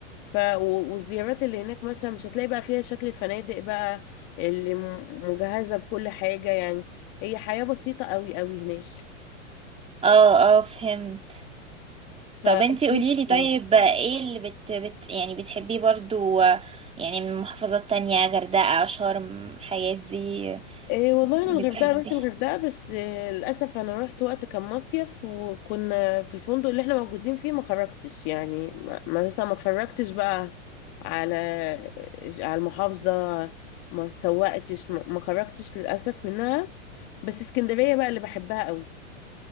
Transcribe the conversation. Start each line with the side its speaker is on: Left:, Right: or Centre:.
Left: ف و- والزيارات اللي هناك مثلا مش هتلاقي بقى فيها شكل الفنادق بقى اللي م- مجهزة بكل حاجة يعني هي حياة بسيطة قوي قوي هناك
Right: اه اه فهمت
Left: ف
Right: طب انتي قوليلي طيب
Left: <laughs>
Right: ايه اللي بت, بت يعني بتحبيه برضو يعني من محافظات تانية غردقة شرم الحاجات دي
Left: إيه والله انا
Right: بتحبي
Left: الغردقه رحت الغردقه بس إيه للاسف انا رحت وقت كان مصيف وكنا في الفندق اللي احنا موجودين فيه ما خرجتش يعني ما ما- مثلا ما اتفرجتش بقى على على المحافظه ما سوقتش ما ما خرجتش للاسف منها بس اسكندريه بقى اللي بحبها قوي